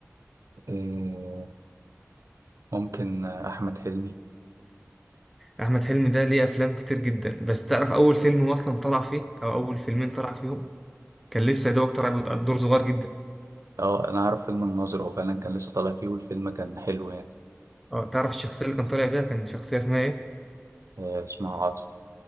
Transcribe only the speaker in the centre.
احمد حلمي ده ليه افلام كتير جدا بس تعرف اول فيلم هو اصلا طلع فيه او اول فيلمين طلع فيهم كان لسه يا دوبك طالع بدور صغير جدا
اه تعرف الشخصيه اللي كان طالع بيها كان شخصيه اسمها ايه